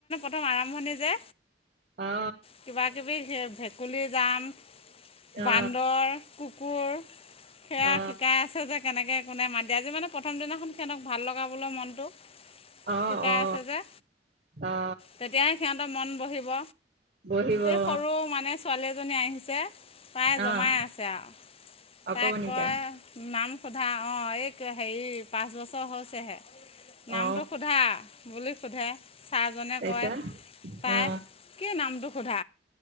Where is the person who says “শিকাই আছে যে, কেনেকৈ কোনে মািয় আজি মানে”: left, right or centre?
Left